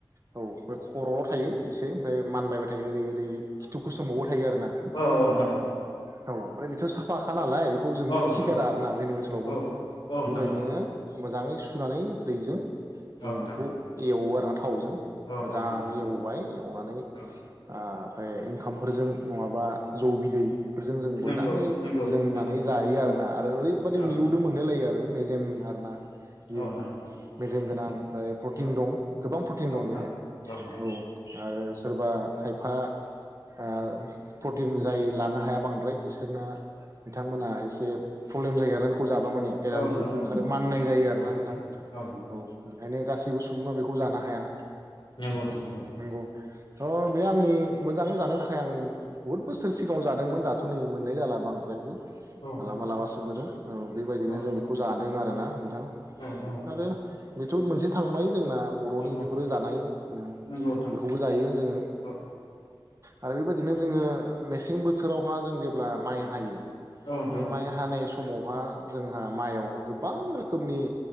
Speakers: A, on the right; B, on the left.
A: औ बे ख खर'ल' थायो एसे ओमफ्राय मानबाय थायो ओरै ओरै खिथुखौ सोमावबाय थायो आरोना
B: औ ओनथाव
A: औ ओमफ्राय बेथ' साफाखा नालाय बे खौ जोंबो
B: नोंथां
A: खिगारा
B: औ
A: आरोना जोंनि ओनसोलावबो
B: औ औ नोंथां
A: बेबायदिनो
B: औ
A: मोजाङै सुनानै दैजों जोंङो
B: औ नोंथां
A: बेखौ एवो आरो थावजों
B: औ
A: मोजाङै
B: औ नोंथां
A: एवबाय एवनानै
B: औ
A: आ फ्राय ओंखामफोरजों नङाबा जौ बिदै फोरजों जों
B: नंगौ
A: मोजाङै
B: नंगौ
A: लोंना
B: नंगौ नोंथां
A: जायो आरोना आरो ओरैबायदि
B: औ
A: मिलौदो
B: नोंथां
A: मोनलाय लायो आरो मेजेम आरो ना बेयो
B: औ नोंथां
A: मेजेम
B: औ
A: गोनां ओमफ्राय प्रटिन
B: औ
A: दं गोबां प्रटिन
B: औ नोंथां
A: दं बेहाय
B: नोंथां
A: औ आरो सोरबा खायफा ओ प्रटिन जाय लानो हाया बांद्राय बिसोरना बिथांमोना एसे प्रब्लेम जायो आरो खौजाबा मानिया एलारजिफोर
B: औ नोंथां
A: ओंखारो
B: औ
A: माननाय जायो आरोना
B: औ
A: नोंथां
B: नोंथां
A: औ बेखायनो गा जेबो सुबुङा बेखौ जानो हाया।
B: नंगौ नोंथां
A: नंगौ थ' बे आंनि मोजां जानो थाखाय फ्राय आं बुहुत बोसोर सिगाङाव जादोंमोन दाथ' नै मोनाय जाला बांद्रायबो
B: नंगौ
A: मालाबालाबा सो मोनो ओ बेबायदिनो
B: औ नोंथां
A: जों बेखौ
B: औ नोंथां
A: जादों आरो ना नोंथां
B: औ नोंथां
A: आरो बेथ' मोनसे थांबाय जोंना बर'नि बेफोरो
B: औ नोंथां औ
A: जानाय उम
B: नंगौ नोंथां
A: बेखौबो जायो जोङो।
B: औ
A: आरो बेबायदिनो जोङो मेसें बोथोरावहा जों जेब्ला माइ हायो।
B: औ नोंथां
A: बे
B: औ
A: माइ हानाय स समावहा जोंहा माइआवहा गोबां रोखोमनि